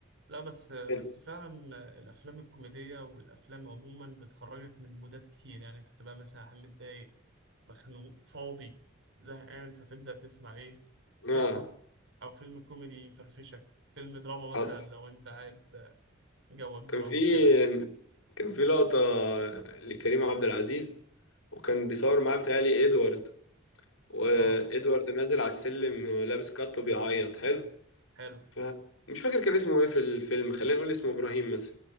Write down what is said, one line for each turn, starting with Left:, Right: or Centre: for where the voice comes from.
Right: لا بس بس
Left: كان-
Right: فعلا الافلام الكوميديه والافلام عموما بتخرجك من مودات كتير يعني انت تبقى مثلا متضايق مخنوق فاضي زهقان فتبدا تسمع ايه فيلم
Left: اه
Right: او فيلم كوميدي يفرفشك فيلم دراما
Left: اصل
Right: مثلا لو انت قاعد جوك دراما
Left: كان في
Right: كده
Left: كان في لقطة لكريم عبد العزيز وكان بيصور معاه بتهيألي ادوارد وادوارد
Right: اه
Left: نازل على السلم لابس كات وبيعيط حلو
Right: حلو
Left: ف... مش فاكر كان اسمه ايه في الفيلم خلينا نقول اسمه ابراهيم مثلا